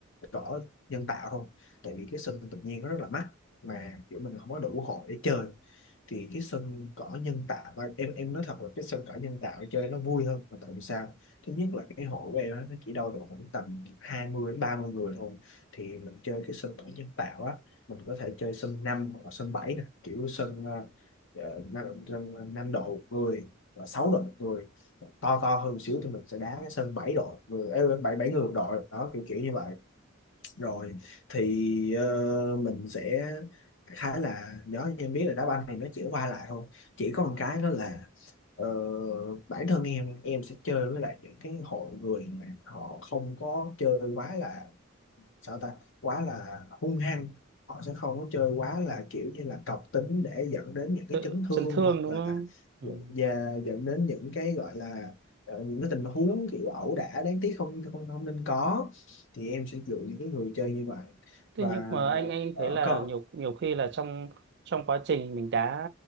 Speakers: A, on the left; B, on the right.
A: cỏ nhân tạo không tại vì cái sân tự nhiên nó rất là mắc mà kiểu mình không có đủ hội để chơi thì cái sân cỏ nhân tạo và em em nói thật là cái sân cỏ nhân tạo chơi nó vui hơn mà tại vì sao thứ nhất là cái hội của em á, nó chỉ đâu được khoảng tầm 20 đến 30 người thôi thì mình chơi cái sân cỏ nhân tạo á mình có thể chơi sân 5 hoặc là sân 7 nè kiểu sân ờ, ờ, 5 sân độ người và 6 độ người to to hơn một xíu thì mình sẽ đá cái sân 7 độ người 7 7 người một đội đó kiểu kiểu như vậy rồi thì ờ, mình sẽ khá là nhớ như em biết là đá banh thì nó chỉ qua lại thôi chỉ có một cái đó là ờ, bản thân em em sẽ chơi với lại những cái hội người mà họ không có chơi quá là sao ta quá là hung hăng họ sẽ không có chơi quá là kiểu như là cọc tính để dẫn đến những cái
B: tự
A: chấn
B: chấn
A: thương
B: thương
A: hoặc
B: đúng
A: là
B: không ừ.
A: dẫn- và dẫn đến những cái gọi là ờ, những cái tình huống kiểu ẩu đả đáng tiếc không không không nên có thì em sẽ lựa những cái người chơi như vậy
B: Thế
A: và
B: nhưng mà anh anh thấy là
A: uh, có
B: nhiều nhiều khi là trong trong quá trình mình đá